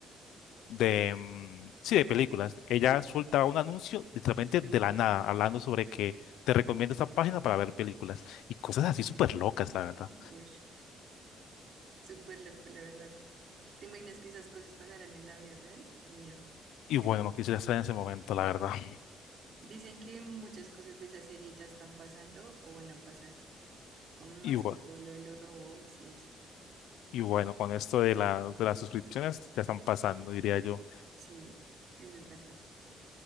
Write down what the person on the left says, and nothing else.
de, mm, sí, de películas. Ella soltaba un anuncio literalmente de la nada, hablando sobre que te recomiendo esta página para ver películas y cosas así súper locas, la verdad.
Y bueno, no quisiera estar en ese momento, la verdad. <laughs>
Y, bu-
y bueno, con esto de, la, de las suscripciones ya están pasando, diría yo.